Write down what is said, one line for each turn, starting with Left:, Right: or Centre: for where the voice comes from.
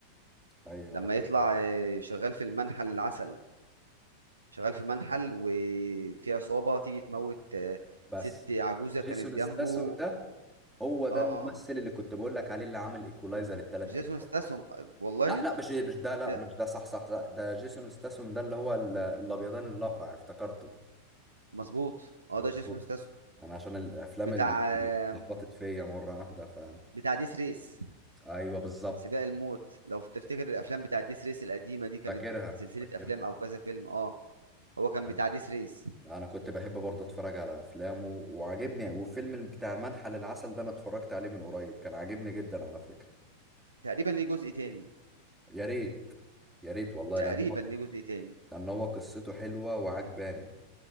Centre: ايوه
Right: لما
Centre: تمام
Right: يطلع آه، شغال في المنحل العسل شغال في منحل وفي عصابه تيجي تموت آه،
Centre: بس
Right: ست عجوزه
Centre: جيسون
Right: كانت جنبه
Centre: ستاثام ده هو ده
Right: اه
Centre: الممثل اللي كنت بقول لك عليه اللي عمل ايكولايزر الثلاث
Right: جيسون
Centre: اجزاء
Right: ستاسون والله
Centre: لا لا مش مش ده لا
Right: لا،
Centre: مش ده صح صح صح ده جيسون ستاثام ده اللي هو ال- الابيضان الاقرع افتكرته
Right: مظبوط اه
Centre: مظبوط
Right: ده جيسون ستاسون
Centre: انا عشان الافلام
Right: بتاع
Centre: اللي
Right: آه،
Centre: اللي لخبطت فيا مره واحده ف
Right: بتاع ديس ريس
Centre: ايوه بالظبط
Right: سباق الموت لو تفتكر الافلام بتاع ديس ريس القديمه دي كانت
Centre: فاكرها
Right: سلسله
Centre: فاكرها
Right: افلام او كذا فيلم اه هو كان
Centre: أيوة.
Right: بتاع ديس ريس
Centre: انا كنت بحب برضه اتفرج على افلامه وعاجبني وفيلم بتاع المنحى للعسل ده انا اتفرجت عليه من قريب كان عاجبني جدا على فكره
Right: تقريبا ليه جزء تاني
Centre: يا ريت يا ريت والله
Right: تقريبا
Centre: لان هو
Right: ليه جزء تاني
Centre: لان هو قصته حلوه وعجباني